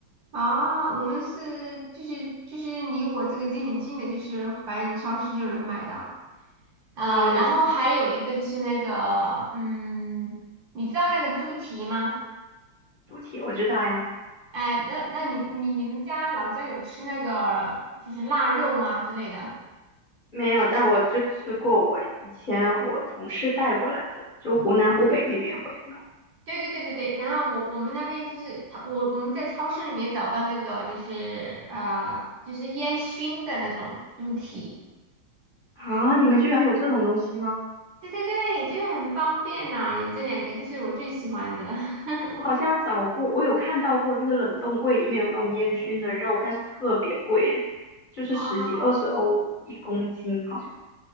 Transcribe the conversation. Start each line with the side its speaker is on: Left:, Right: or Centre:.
Right: 啊，我们是就是就是离我这个近很近的，就是白人超市就能买到。啊、
Left: 嗯，
Right: 然后还有一个就是那个，嗯，你知道那个猪蹄吗？
Left: 猪蹄我知道呀，
Right: 哎，那那你你你们家老家有吃那个就是腊肉吗之类的？
Left: 没有，但我就吃过我以前我同事带过来的，就湖南湖北那边会弄。
Right: 对对对对对。然后我我们那边就是超我我们在超市里面找到那个就是呃就是烟熏的那种猪蹄，
Left: 啊，你们居然有这种东西吗？
Right: 对对对，就是很方便呐、有这两个就是我最喜欢的。<laughs>
Left: 我好像找过，我有看到过，就是冷冻柜里面有那种烟熏的肉，但是特别贵耶，就是十几二十欧一公斤，
Right: 哦
Left: 好像。